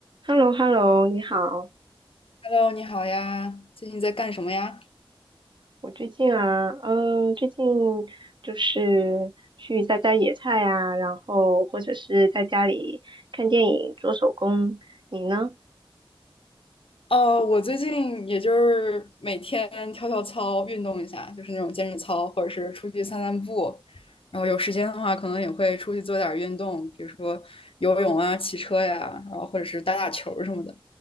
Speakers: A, on the right (about 55°); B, on the left (about 70°).
A: h e l l o h e l l o 你好。
B: Hello，你好呀，最近在干什么呀？
A: 我最近啊，嗯，最近就是去摘摘野菜呀，然后或者是在家里看电影、做手工。你呢？
B: 呃，我最近也就是每天跳跳操，运动一下，就是那种健身操，或者是出去散散步。然后有时间的话，可能也会出去做点儿运动，比如说游泳啊、骑车呀，然后或者是打打球儿什么的。